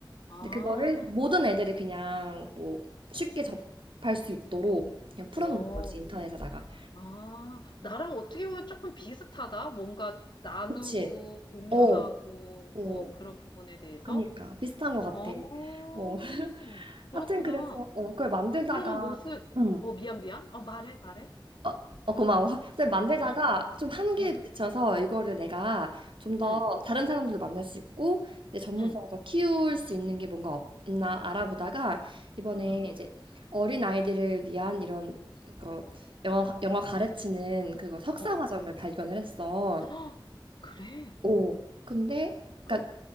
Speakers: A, on the left; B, on the right.
A: 아,
B: 근데 그거를 모든 애들이 그냥 뭐 쉽게 접할 수 있도록 그냥 풀어놓는
A: 어,
B: 거지, 인터넷에다가.
A: 아. 나랑 어떻게 보면 조금 비슷하다? 뭔가 나누고,
B: 그치?
A: 공유하고,
B: 어, 어,
A: 어, 그런 부분에 대해서?
B: 그니까. 비슷한 것 같아.
A: 어,
B: 어, <laughs>
A: 그렇구나.
B: 하여튼 그래서, 어, 그걸 만들다가,
A: 그러면 무슨,
B: 응
A: 어, 미안, 미안. 어, 말해, 말해.
B: 어, 어, 고마워. 근데 만들다가
A: 응?
B: 좀 한계에
A: 응,
B: 부딪혀서 이거를 내가 좀 더
A: 응,
B: 다른 사람들도 만날 수 있고 내 전문성을
A: 응.
B: 더 키울 수 있는 게 뭔가 없나 알아보다가 이번에
A: 아,
B: 이제 어린 아이들을 위한 이런 그 영어 영어 가르치는 그거 석사
A: 어,
B: 과정을 발견을 했어.
A: <gasps> 그래.
B: 오, 근데
A: 그,
B: 그러니까